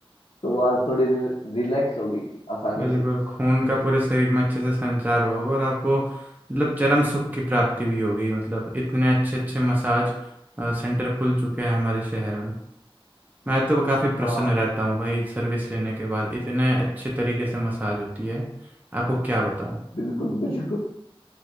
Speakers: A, on the left (about 80°); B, on the right (about 15°).
A: तो वो आज थोड़ी रिलैक्स होगी आसानी
B: बिल्कुल
A: से
B: खून का पूरे शरीर में अच्छे से संचार हुआ होगा और आपको मतलब चरम सुख की प्राप्ति भी होगी मतलब इतने अच्छे अच्छे मसाज अ, सेंटर खुल चुके हैं हमारे शहर में मैं तो काफ़ी प्रसन्न
A: हाँ
B: रहता हूँ भाई सर्विस लेने के बाद इतने अच्छे तरीके से मसाज होती है आपको क्या बताऊँ
A: बिल्कुल बिल्कुल